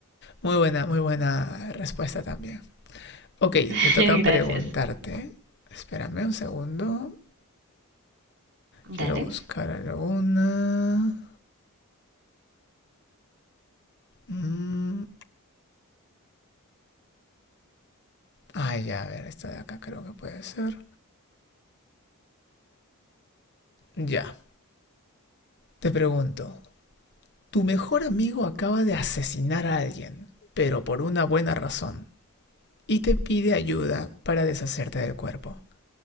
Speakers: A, on the left (about 50°); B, on the right (about 55°).
A: Muy buena, muy buena respuesta también. Ok,
B: <laughs>
A: me toca
B: Gracias.
A: preguntarte. Espérame un segundo.
B: Dale.
A: Quiero buscar alguna. Mm, Ah, ya, a ver, esta de acá creo que puede ser. Ya. Te pregunto, tu mejor amigo acaba de asesinar a alguien, pero por una buena razón, y te pide ayuda para deshacerte del cuerpo.